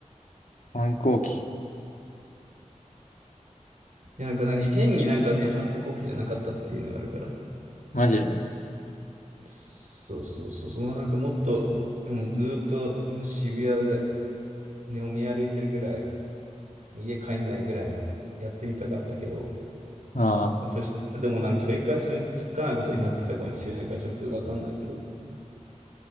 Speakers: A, on the left; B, on the right.
A: 反抗期。
B: いや、なんか、なんか変になんかね、反抗期じゃなかったっていうのがあるから。
A: マジで。
B: そうそうそう、そのなんかもっと、もうずーっともう渋谷で飲み歩いてるぐらい、もう家帰んないぐらいのやってみたかったけど、
A: ああ、
B: そしたらでもなんか取り返しにつかないことになってたかもしれないからちょっとわかんないけど、